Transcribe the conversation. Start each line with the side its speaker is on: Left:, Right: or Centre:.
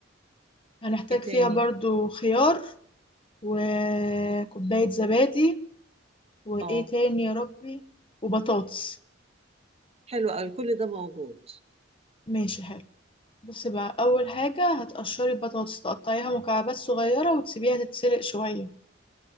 Left: هنحتاج
Right: ايه تاني
Left: فيها برضو خيار وكوباية زبادي وإيه
Right: اه
Left: تاني يا ربي وبطاطس
Right: حلو قوي كل ده موجود
Left: ماشي حلو بصي بقى أول حاجة هتقشري البطاطس تقطعيها مكعبات صغيرة وتسيبيها تتسلق شوية